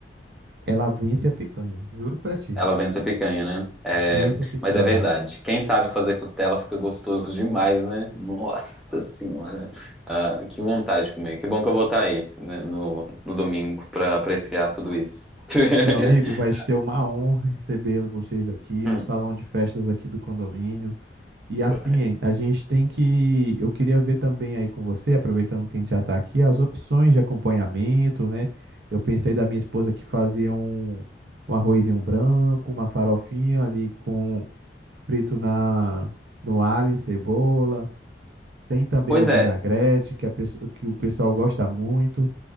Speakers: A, on the right; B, in the centre.
A: ela vence a picanha. Juro pra ti.
B: Ela vem ser picanha, né? É,
A: Vence a picanha.
B: mas é verdade. Quem sabe fazer costela fica gostoso demais, né? Nossa Senhora. Ah, que vontade de comer. Que bom que eu vou estar aí, né, no, no domingo pra apreciar tudo isso. <laughs>
A: Meu amigo, vai ser uma honra receber vocês aqui
B: Hum,
A: no salão de festas aqui do condomínio. E assim,
B: hum.
A: a gente tem que. Eu queria ver também aí com você, aproveitando que a gente já está aqui, as opções de acompanhamento, né? Eu pensei da minha esposa que fazia um, um arrozinho branco, uma farofinha ali com frito na, no alho e cebola. Tem também
B: Pois
A: o vinagrete,
B: é,
A: que, a pessoa, que o pessoal gosta muito.